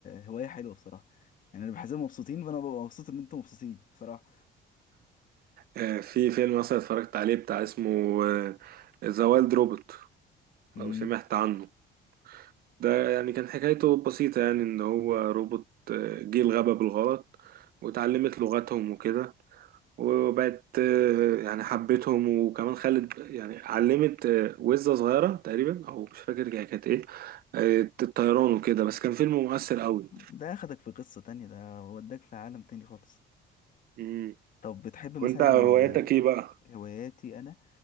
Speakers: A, on the left; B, on the right.
A: هوايه حلوه بصراحه يعني انا بحسهم مبسوطين فانا ببقى مبسوط ان انتم مبسوطين بصراحه
B: آه، في فيلم مثلا اتفرجت عليه بتاع اسمه آه، ذا وايلد روبوت
A: امم
B: لو سمعت عنه ده يعني كان حكايته بسيطة يعني ان هو روبوت آه، جه الغابة بالغلط واتعلمت لغتهم وكده وبقت آه، يعني حبتهم وكمان خلت يعني علمت آه، وزة صغيرة تقريبا او مش فاكر هي كانت ايه آه، الطيران وكده بس كان فيلم مؤثر قوي
A: ده اخدك في قصه تانية ده وداك في عالم تاني خالص
B: مم.
A: طب بتحب مثلا
B: وانت هواياتك ايه بقى
A: آه، هواياتي انا